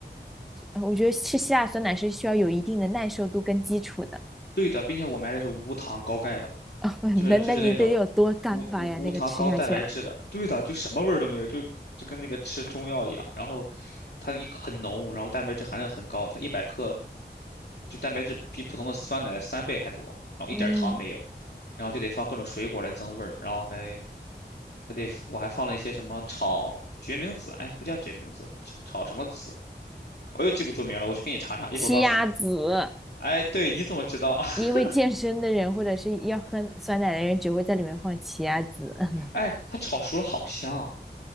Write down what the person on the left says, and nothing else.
对的，并且我买的是无糖高钙的，
就是就是那种
无无无糖高蛋白质的。
对的，就什么味儿都没有，就就跟那个吃中药一样。然后它一很浓，然后蛋白质含量很高，它一百克就蛋白质比普通的酸奶三倍还多，然后一点儿糖没有，
然后就得放各种水果来增味儿，然后还还得我还放了一些什么炒决明子，哎，不叫决明子，炒炒什么子？我又记不住名了，我去给你查查，一会儿告诉你。
哎，对，你怎么知道？<laughs>
哎，它炒熟了好香。